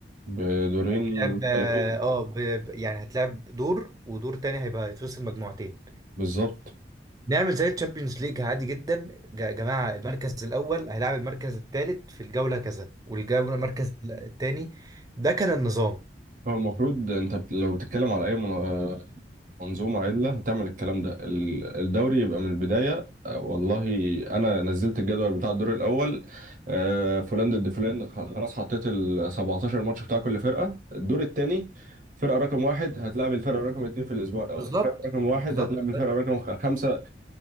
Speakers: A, on the right; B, on the right.
A: بدورين
B: هتلعب
A: مختلفين
B: اه ب... ب- يعني هتلعب دور ودور تاني هيبقى هيتفصل مجموعتين
A: بالظبط
B: نعمل زي الشامبيونز ليج عادي جدا يا جماعة المركز الأول هيلعب المركز الثالث في الجولة كذا والجولة المركز الثاني ده كان النظام
A: هو المفروض انت بت- لو بتتكلم على اي من- منظومه عدله هتعمل الكلام ده ال- الدوري يبقى من البدايه آه، والله انا نزلت الجدول بتاع الدور الاول آه، فلان ضد فلان خ- خلاص حطيت ال 17 ماتش بتاع كل فرقه الدور الثاني فرقه رقم واحد هتلعب الفرقه رقم اثنين في الاسبوع الاول
B: بالظبط
A: فرقه رقم واحد
B: بالظبط
A: هتلعب الفرقه رقم خ- خمسه